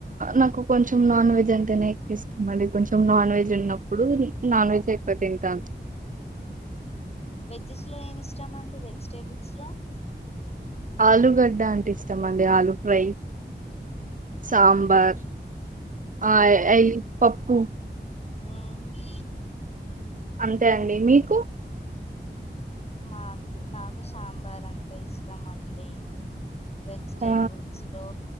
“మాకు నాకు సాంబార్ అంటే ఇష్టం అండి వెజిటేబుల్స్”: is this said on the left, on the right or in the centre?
Left